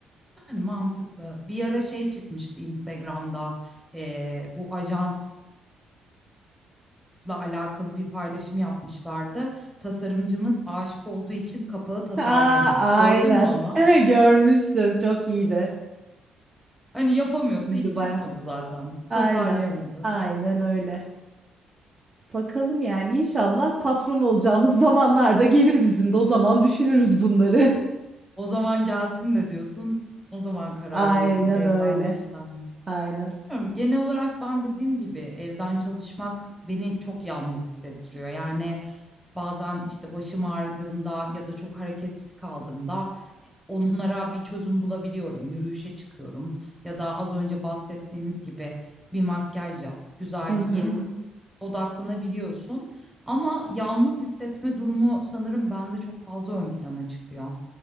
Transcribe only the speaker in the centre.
yani mantıklı bir ara şey çıkmıştı Instagram'da eee, bu ajansla alakalı bir paylaşım yapmışlardı. Tasarımcımız aşık olduğu için kapağı tasarlayamadı.
Gördün mü onu?
Hani yapamıyorsa
iş çıkmadı
zaten.
Tasarlayamadı.
O zaman gelsin de diyorsun. O zaman
karar
veririm evden
mi işten mi.
Bilmiyorum. Genel olarak ben dediğim gibi evden çalışmak beni çok yalnız hissettiriyor. Yani bazen işte başım ağrıdığında ya da çok hareketsiz kaldığımda onlara bir çözüm bulabiliyorum. Yürüyüşe çıkıyorum ya da az önce bahsettiğimiz gibi bir makyaj yap, güzel
giyin,
odaklanabiliyorsun. Ama yalnız hissetme durumu sanırım bende çok fazla ön plana çıkıyor.